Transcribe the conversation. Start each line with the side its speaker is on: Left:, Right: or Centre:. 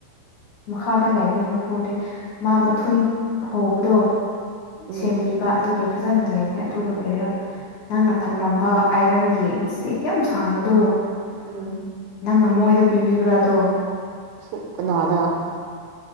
Left: ꯃꯈꯥꯗ ꯂꯩꯕꯅꯦ ꯃꯩꯐꯨꯗꯤ ꯃꯥ
Right: ꯎꯝ
Left: ꯃꯊꯨꯟ ꯍꯣꯕꯗꯣ
Right: ꯎꯝ
Left: ꯁꯦꯝꯕꯤꯕ ꯑꯗꯨꯒꯤ ꯐꯖꯅ ꯂꯩꯕꯅꯦ ꯑꯗꯨꯒ
Right: ꯎꯝ
Left: ꯀꯔꯤꯔꯥ ꯅꯪꯅ ꯊꯝꯂꯝꯕ ꯑꯥꯏꯔꯟꯒꯤ ꯏꯁꯇꯤꯛ ꯌꯥꯝ ꯁꯥꯡꯕꯗꯨ
Right: ꯎꯝ
Left: ꯅꯪꯅ ꯃꯣꯏꯗ ꯄꯤꯕꯤꯕ꯭ꯔꯥ ꯑꯗꯣ
Right: ꯁꯨ ꯀꯅꯥꯗ